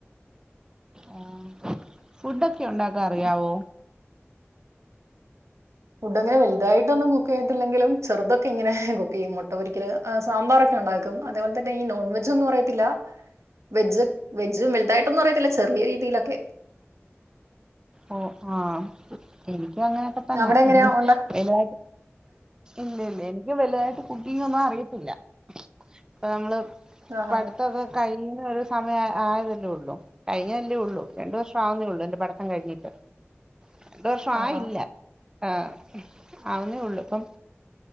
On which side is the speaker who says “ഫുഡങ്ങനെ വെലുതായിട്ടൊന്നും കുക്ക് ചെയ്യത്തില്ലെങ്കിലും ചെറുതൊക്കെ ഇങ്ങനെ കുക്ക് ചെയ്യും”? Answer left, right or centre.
Right